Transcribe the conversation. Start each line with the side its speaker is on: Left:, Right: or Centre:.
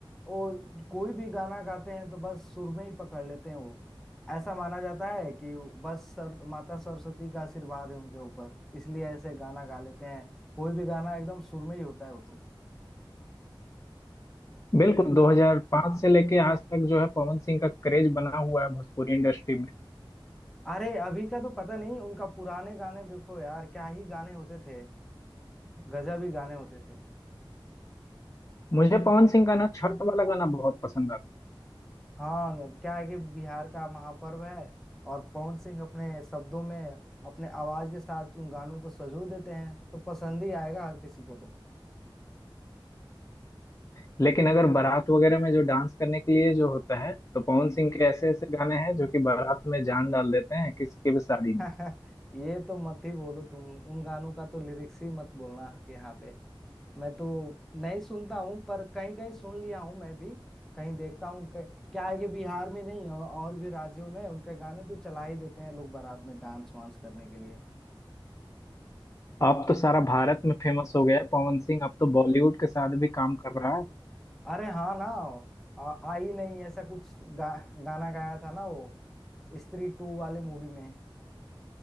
Centre: वो कोई भी गाना गाते हैं तो बस सुर में ही पकड़ लेते हैं वो ऐसा माना जाता है कि बस सर माता सरस्वती का आशीर्वाद है उनके ऊपर इसलिए ऐसे गाना गा लेते हैं कोई भी गाना एकदम सुर में ही होता है वो तो
Left: बिल्कुल 2005 से लेके आज तक जो है पवन सिंह का क्रेज बना हुआ है भोजपुरी इंडस्ट्री में
Centre: अरे अभी का तो पता नहीं उनका पुराने गाने देखो यार क्या ही गाने होते थे गजब ही गाने होते थे
Left: मुझे पवन सिंह का ना छठ वाला गाना बहुत पसंद आता
Centre: हाँ क्या है कि बिहार का महापर्व है और पवन सिंह अपने शब्दों में अपने आवाज के साथ उन गानों को सजो देते हैं तो पसंद ही आएगा हर किसी को तो
Left: है लेकिन अगर बारात वगैरह में जो डांस करने के लिए जो होता है तो पवन सिंह के ऐसे ऐसे गाने हैं जो कि बारात में जान डाल देते हैं किसी की भी शादी
Centre: <laughs>
Left: में
Centre: ये तो मत ही बोलो तुम उन गानों का तो लिरिक्स ही मत बोलना यहाँ पे मैं तो नहीं सुनता हूँ पर कहीं कहीं सुन लिया हूँ मैं भी कहीं देखता हूँ क- क्या है कि बिहार में नहीं और और भी राज्यों में उनके गाने तो चला ही देते हैं लोग बारात में डांस वांस करने के लिए
Left: अब तो सारा भारत में फेमस हो गया है पवन सिंह अब तो बॉलीवुड के साथ भी काम कर रहा है
Centre: अरे हाँ ना आ, आई नहीं ऐसा कुछ गा, गाना गाया था ना वो स्त्री टू वाले मूवी में